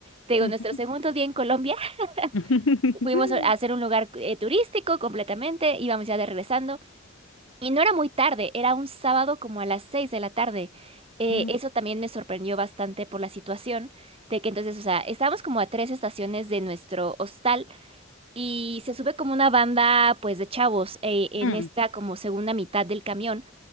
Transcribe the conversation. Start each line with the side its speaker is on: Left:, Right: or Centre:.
Right: Te digo,
Left: ujú.
Right: nuestro segundo día en Colombia,
Left: <laughs>
Right: <laughs> fuimos a hacer un lugar eh, turístico completamente, íbamos ya de regresando. Y no era muy tarde, era un sábado como a las seis de la tarde. Eh,
Left: Mm,
Right: eso también me sorprendió bastante por la situación de que entonces, o sea, estábamos como a tres estaciones de nuestro hostal y se sube como una banda pues de chavos eh, en
Left: mm.
Right: esta como segunda mitad del camión